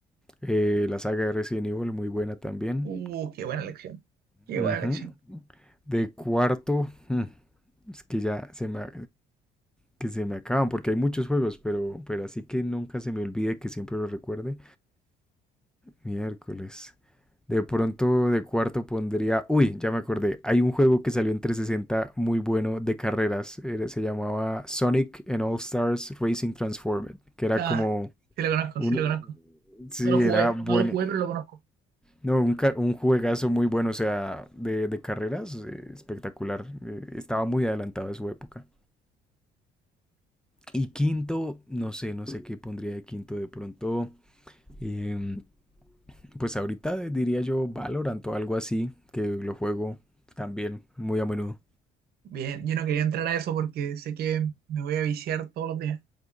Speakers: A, in the centre; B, on the right.
A: eh, la saga de Resident Evil, muy buena también.
B: Uh, qué buena elección. Qué
A: Ujú.
B: buena elección.
A: De cuarto, hmm, es que ya se me, que se me acaban, porque hay muchos juegos, pero, pero así que nunca se me olvide que siempre lo recuerde. Miércoles. De pronto de cuarto pondría, uy, ya me acordé, hay un juego que salió en 360 muy bueno de carreras, era- se llamaba Sonic and All Stars Racing Transformed, que era
B: Ah,
A: como
B: sí lo conozco,
A: un,
B: sí lo conozco.
A: sí,
B: No lo jugué,
A: era bueno,
B: no lo jugué, pero lo conozco.
A: no, un, ca- un juegazo muy bueno, o sea, de, de carreras, eh, espectacular, eh, estaba muy adelantado de su época. Y quinto, no sé, no sé qué pondría de quinto de pronto. em, pues ahorita diría yo Valorant o algo así, que lo juego también muy a menudo.
B: Bien, yo no quería entrar a eso porque sé que me voy a viciar todos los días.